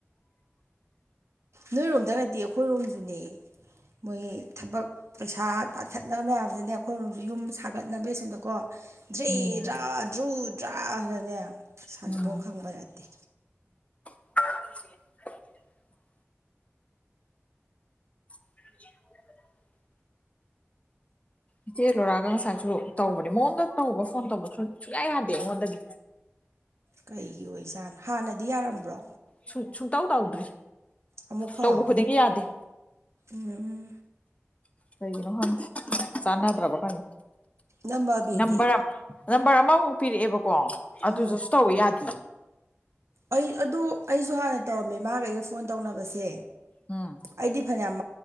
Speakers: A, on the right; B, on the left.
A: ꯅꯣꯏꯔꯣꯝꯗꯒꯗꯤ ꯑꯩꯈꯣꯏꯔꯣꯝꯁꯨꯅꯦ ꯃꯣꯏ ꯊꯕꯛ ꯄꯩꯁꯥ ꯇꯥꯈꯠꯅꯕ ꯃꯌꯥꯝ ꯑꯩꯈꯣꯏꯣꯝ ꯌꯨꯝ ꯁꯥꯒꯠꯅꯕꯒꯤꯁꯣꯝꯗꯀꯣ ꯗ꯭ꯔꯦ
B: ꯎꯝ
A: ꯗ꯭ꯔꯥ ꯗ꯭ꯔꯨꯗ꯭ꯔꯥ ꯍꯥꯏꯔꯅꯦ ꯁꯥꯟꯗꯧ
B: ꯎꯝ
A: ꯈꯪꯕ ꯌꯥꯗꯦ
B: <inaudible> <inaudible> ꯏꯆꯦ ꯂꯣꯏꯔꯛꯑꯒ ꯉꯁꯥꯏꯁꯨ ꯇꯧꯕꯅꯦ ꯃꯉꯣꯟꯗ ꯇꯧꯕ ꯐꯣꯟ ꯇꯧꯕꯁꯨ ꯁꯨꯌꯥ ꯌꯥꯗꯦ ꯑꯩꯉꯣꯟꯗꯒꯤ
A: ꯀꯩꯒꯤ ꯑꯣꯏꯖꯥꯠꯅꯣ ꯍꯥꯟꯅꯗꯤ ꯌꯥꯔꯝꯕ꯭ꯔꯣ
B: ꯁꯨꯡ ꯁꯨꯡꯇꯧ ꯇꯧꯗ꯭ꯔꯤ
A: ꯑꯃꯨꯛ ꯐꯥꯎ
B: ꯇꯧꯕ ꯈꯨꯗꯤꯡꯒꯤ ꯌꯥꯗꯦ
A: ꯎꯝ
B: ꯀꯩꯒꯤꯅꯣ ꯍꯪ ꯆꯥꯟꯅꯗ꯭ꯔꯕ ꯀꯪ
A: ꯅꯝꯕ ꯑꯕꯦꯗꯤ
B: ꯅꯝꯕꯔ ꯅꯝꯕꯔ ꯑꯃꯃꯨꯛ ꯄꯤꯔꯛꯑꯦꯕꯀꯣ ꯑꯗꯨꯗꯨꯁꯨ
A: ꯎꯝ
B: ꯇꯧꯕ ꯌꯥꯗꯦ
A: ꯑꯩ ꯑꯗꯨ ꯑꯩꯁꯨ ꯍꯥꯟꯅ ꯇꯧꯔꯝꯃꯦ ꯃꯥꯒꯩꯒ ꯐꯣꯟ ꯇꯧꯅꯕꯁꯦ
B: ꯎꯝ
A: ꯑꯩꯗꯤ ꯐꯅꯌꯥꯝ